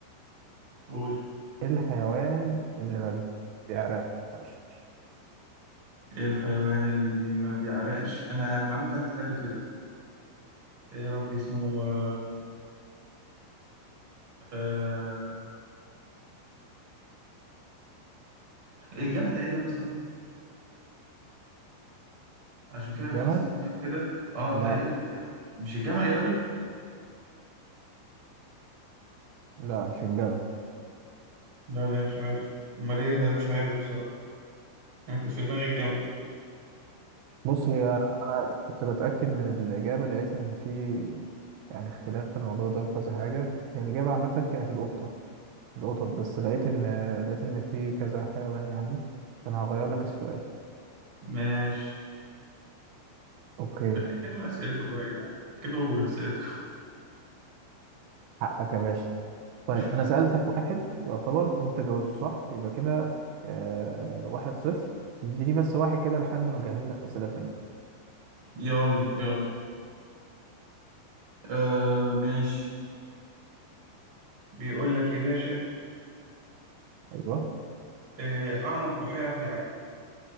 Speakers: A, on the right; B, on the right.
A: قول
B: ايه الحيوان اللي ما بيعرقش
A: ايه الحيوان اللي ما بيعرقش انا المعلومه دي عدت عليها قبل كده ايه يا ربي اسمه آه... آه، الجمل تقريبا يا اسطى عشان كده
B: الجمل
A: بيخزن ميه وكده اه
B: لا
A: تقريبا الجمل مش الجمل يا راجل
B: لا مش الجمل
A: لا لا مش عارف أمال إيه لا مش عارف بصراحة أنا كنت في دماغي الجمل
B: بص هي انا كنت بتأكد من الإجابة لقيت ان في يعني اختلاف في الموضوع ده وكذا حاجة هي الإجابة عامة كانت القطة القطط بس لقيت ان لقيت ان في كذا حيوان يعني فانا هغير لك السؤال
A: ماشي
B: اوكي
A: متاكدوا من اسئلتكم بقى يا جدعان متاكدوا من اسئلتكم
B: حقك يا باشا طيب
A: <laughs>
B: انا سألتك واحد يعتبر وانت جاوبته صح يبقى كده آه واحد صفر اديني بس واحد كده لحد ما اجهز لك اسئله تانية
A: يلا يلا آه ماشي بيقول لك يا باشا
B: ايوه
A: آه اعمق بحيره في العالم